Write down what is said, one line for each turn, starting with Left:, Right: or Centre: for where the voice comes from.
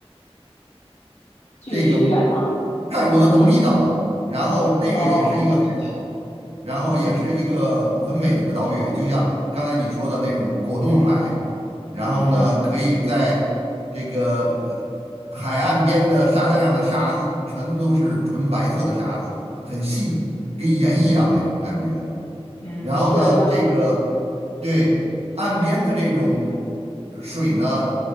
Left: 距离远吗？
Right: 这个泰国的董米岛，
Left: 嗯，
Right: 然后那个也是一个海岛，
Left: <laughs> 哦，
Right: 然后也是一个很美的岛屿，
Left: 嗯
Right: 就像刚才你说的那种果冻海，然后呢，
Left: 嗯
Right: 可以在这个呃海岸边的沙滩上的沙子全都是纯白色的沙子，很细，跟盐一样那种感觉。
Left: 嗯。嗯，
Right: 然后呢，
Left: 是这样。
Right: 这个对岸边的这种呃水呢